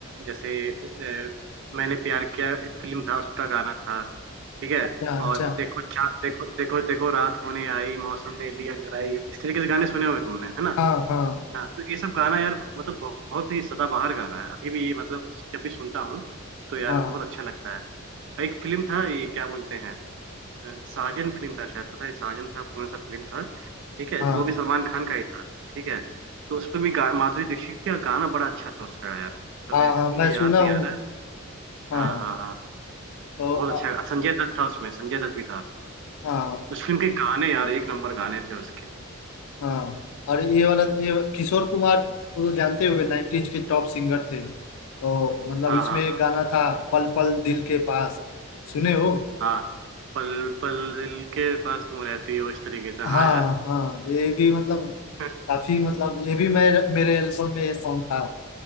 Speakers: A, on the right (about 60°); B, on the left (about 85°).
A: जैसे अ, मैंने प्यार किया फिल्म था उसका गाना था ठीक है
B: अच्छा अच्छा
A: और देखो चा, देखो देखो देखो रात होने आई मौसम ने ली अंगड़ाई इस तरीके से गाने सुने होंगे तुमने है ना
B: हाँ हाँ
A: हाँ तो ये सब गाना यार मतलब बहुत ही सदाबहार गाना है अभी भी ये मतलब जब भी सुनता हूँ तो यार
B: हाँ
A: बहुत अच्छा लगता है एक फिल्म था ये क्या बोलते हैं अ, साजन फिल्म था शायद पता है साजन था कौन सा फिल्म था ठीक है
B: हाँ
A: वो भी सलमान खान का ही था ठीक है तो उस पे भी गा- माधुरी दीक्षित थी और गाना बड़ा अच्छा था उसका यार तब
B: हाँ
A: ये-
B: हाँ मैं
A: मुझे
B: सुना
A: याद नहीं
B: हूँ
A: आ
B: हाँ
A: रहा हाँ हाँ हाँ
B: तो
A: बहुत
B: अ-
A: अच्छा संजय दत्त था उसमें संजय दत्त भी था
B: हाँ
A: उस फिल्म के गाने यार एक नंबर गाने थे उसके
B: हाँ और ये वाला ये किशोर कुमार वो तो जानते होंगे 90s के टॉप सिंगर थे तो मतलब
A: हाँ
B: इसमें
A: हाँ
B: एक गाना था पल पल दिल के पास सुने हो
A: हाँ हाँ। पल पल दिल के पास तुम रहती हो इस तरीके से हाँ
B: हाँ
A: यार
B: हाँ ये भी मतलब
A: <laughs>
B: काफी मतलब ये भी मैं मेरे एल्बम में ये सॉन्ग था